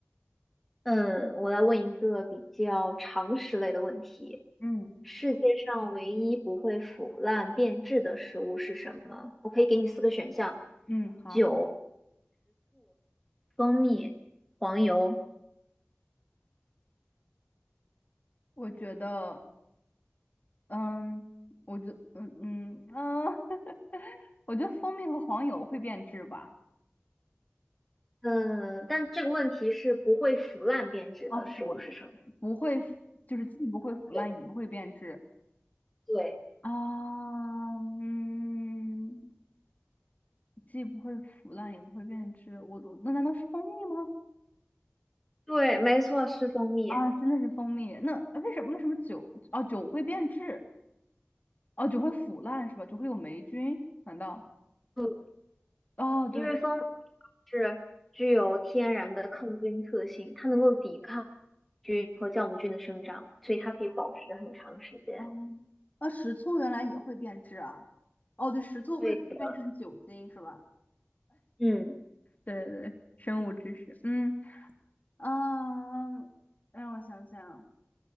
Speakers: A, in the centre; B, on the left (about 35°).
A: 嗯，我来问一个比较常识类的问题：
B: 嗯，
A: 世界上唯一不会腐烂变质的食物是什么？我可以给你四个选项：
B: 嗯，好，
A: 酒、蜂蜜、黄油。
B: 我觉得，嗯，我觉，嗯嗯嗯，<laughs> 我觉得蜂蜜和黄油会变质吧，
A: 嗯，但这个问题是不会腐烂变质的食物是什么？
B: 哦，腐了，不会腐，就是既不会腐烂，
A: 对
B: 也不会变质。
A: 对，
B: 啊，嗯，既不会腐烂，也不会变质。我我那难道是蜂蜜吗？
A: 对，没错，是蜂蜜，
B: 啊，真的是蜂蜜。那呃为什么为什么酒哦酒会变质哦酒会腐烂是吧？酒会有霉菌？难道？
A: 嗯，
B: 哦对，
A: 因为蜂蜜是具有天然的抗菌特性，它能够抵抗菌和酵母菌的生长，所以它可以保持很长时间。
B: 嗯，啊，食醋原来也会变质啊？哦，对，食醋会变成酒精是吧？
A: 对的，嗯
B: 对对，对生物知识，嗯嗯，让我想想，